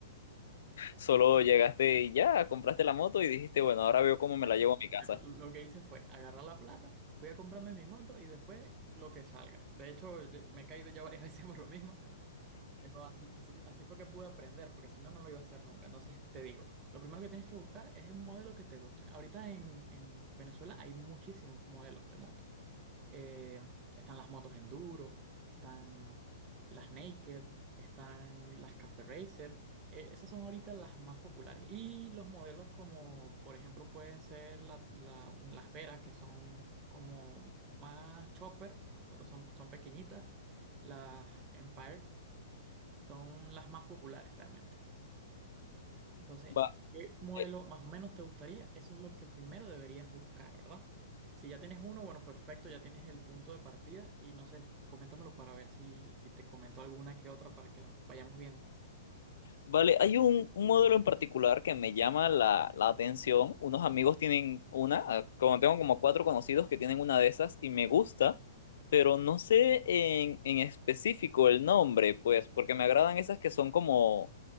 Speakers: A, on the left; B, on the right.
A: Solo llegaste y ya, compraste la moto y dijiste, bueno, ahora veo cómo me
B: Exacto.
A: la llevo a mi casa.
B: Exacto. Lo que hice fue agarrar la plata, fui a comprarme mi moto y después lo que salga. De hecho, de- me he caído ya varias <laughs> veces por lo mismo, pero así, así, que- así fue que pude aprender, porque si no, no lo iba a hacer nunca. Entonces, te digo, lo primero que tienes que buscar es un modelo que te guste. Ahorita en, en Venezuela hay muchísimos modelos de moto. eh, están las motos enduro, están las naked, están las Cafe Racer. Eh, esas son ahorita las más populares. Y los modelos como, por ejemplo, pueden ser la- la- las Veras, que son como más chopper, pero son, son pequeñitas. Las Empire son las más populares realmente. Entonces,
A: Va,
B: ¿qué modelo
A: eh,
B: más o menos te gustaría? Eso es lo que primero deberías buscar, ¿verdad? Si ya tienes uno, bueno, perfecto, ya tienes el punto de partida y no sé, coméntamelo para ver si, si te comento alguna que otra para que la vayamos viendo.
A: vale, hay un, un modelo en particular que me llama la, la atención. Unos amigos tienen una, ah, como tengo como cuatro conocidos que tienen una de esas y me gusta, pero no sé en, en específico el nombre, pues, porque me agradan esas que son como,